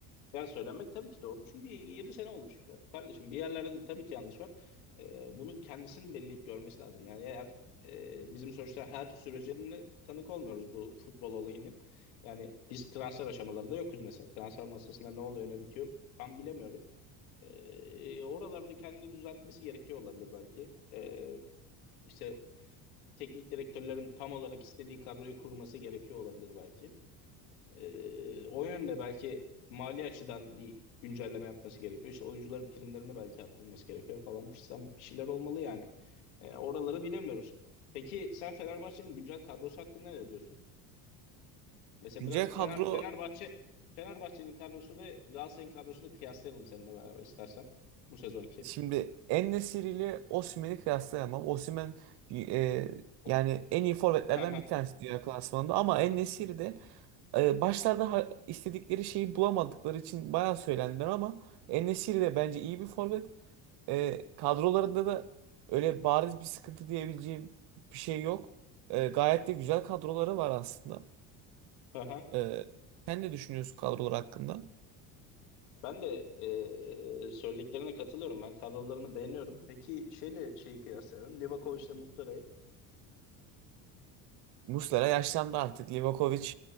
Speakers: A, on the left; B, on the right.
A: ya söylenmek tabii ki doğru çünkü 7 sene olmuş kardeşim. Bir yerlerde de tabii ki yanlış var. E, bunun kendisinin belleyip görmesi lazım. Yani eğer e, bizim sonuçta her sürecine tanık olmuyoruz bu futbol olayının. Yani biz transfer aşamalarında yokuz mesela. Transfer masasında ne oluyor ne bitiyor tam bilemiyoruz. Ee, oralarda kendini düzeltmesi gerekiyor olabilir belki. Ee, işte teknik direktörlerin tam olarak istediği kadroyu kurması gerekiyor olabilir belki. Ee, o yönde belki mali açıdan bir güncelleme yapması gerekiyor. İşte oyuncuların primlerini belki arttırması gerekiyor falan. Bir bir şeyler olmalı yani. Ee, oraları bilemiyoruz. Peki sen Fenerbahçe'nin güncel kadrosu hakkında ne diyorsun? Mesela
B: Güncel
A: biraz Fener,
B: kadro
A: Fenerbahçe Fenerbahçe'nin kadrosu ve Galatasaray'ın kadrosunu kıyaslayalım seninle beraber istersen bu sezonki.
B: Şimdi En-Nesyri ile Osimhen'i kıyaslayamam. Osimhen e,
A: O-
B: yani en iyi forvetlerden
A: <laughs>
B: bir tanesi dünya klasmanında ama En-Nesyri de e, başlarda ha- istedikleri şeyi bulamadıkları için bayağı söylendiler ama En-Nesyri de bence iyi bir forvet. E, kadrolarında da öyle bariz bir sıkıntı diyebileceğim bir şey yok. E, gayet de güzel kadroları var aslında.
A: Aha.
B: E, sen ne düşünüyorsun kadrolar hakkında?
A: Ben de eee söylediklerine katılıyorum. Ben kadrolarını beğeniyorum. Peki şeyle şeyi kıyaslayalım. Livakovic'le Muslera'yı.
B: Muslera yaşlandı artık. Livakovic